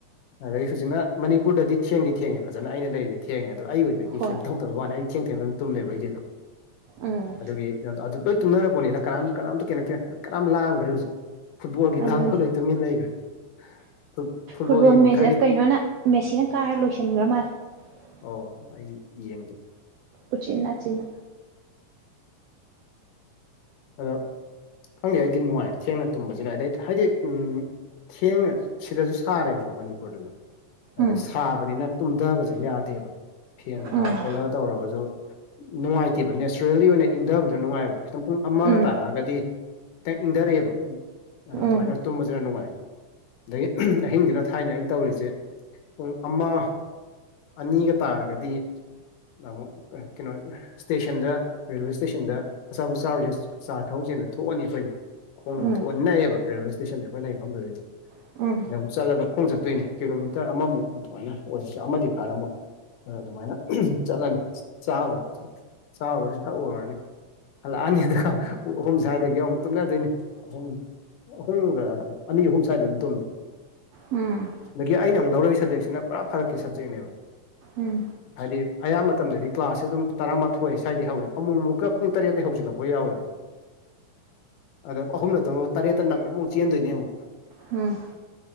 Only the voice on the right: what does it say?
ꯍꯣꯏ
ꯎꯝ
ꯑꯗꯨꯅꯦ
ꯐꯨꯠꯕꯣꯜ
ꯃꯦ
ꯀꯩꯅꯣꯅ ꯃꯦꯠꯁꯤꯅ ꯀꯥꯔ ꯂꯣꯏꯁꯤꯟꯈ꯭ꯔ ꯃꯥꯜꯂꯦ
ꯎꯆꯤꯟ ꯑꯆꯤꯟꯅ
ꯎꯝ
ꯎꯝ
ꯎꯝ
ꯎꯝ
ꯎꯝ
ꯎꯝ
ꯎꯝ
ꯎꯝ
ꯎꯝ